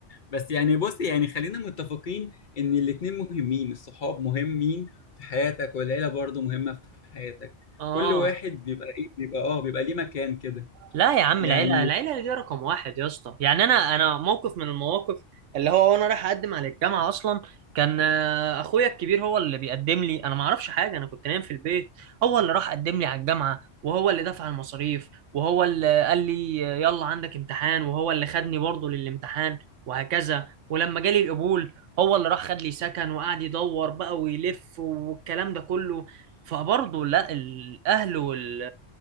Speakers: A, on the left; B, on the right.
A: بس يعني بص يعني خلينا متفقين ان الاتنين مهمين الصحاب مهمين في حياتك والعيلة برضو مهمة في حياتك
B: اه
A: كل واحد بيبقى ايه بيبقى اه بيبقى ليه مكان كده
B: لا يا عم
A: يعني
B: العيلة العيلة دي رقم واحد يا اسطى يعني أنا أنا موقف من المواقف اللي هو وأنا رايح أقدم على الجامعة أصلا كان آه، أخويا الكبير هو اللي بيقدم لي أنا ما أعرفش حاجة أنا كنت نايم في البيت هو اللي راح قدم لي على الجامعة وهو اللي دفع المصاريف وهو اللي قال لي آه، يلا عندك امتحان وهو اللي خدني برضه للامتحان وهكذا ولما جالي القبول هو اللي راح خد لي سكن وقعد يدور بقى ويلف والكلام ده كله فبرضه لا الأهل وال